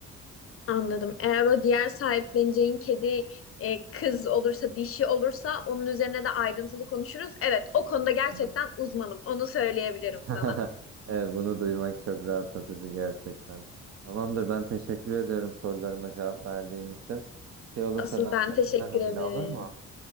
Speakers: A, on the left; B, on the right.
A: Anladım. Eğer o diğer sahipleneceğin kedi e, kız olursa, dişi olursa onun üzerine de ayrıntılı konuşuruz. Evet, o konuda gerçekten
B: Hı hı.
A: uzmanım. Onu söyleyebilirim
B: <laughs>
A: sana.
B: E, bunu duymak çok rahatlatıcı gerçekten. Tamamdır ben teşekkür ediyorum sorularıma cevap verdiğin için. Bir şey olursa
A: Asıl
B: ben
A: ben
B: seni
A: teşekkür
B: ararım
A: ederim.
B: yine olur mu?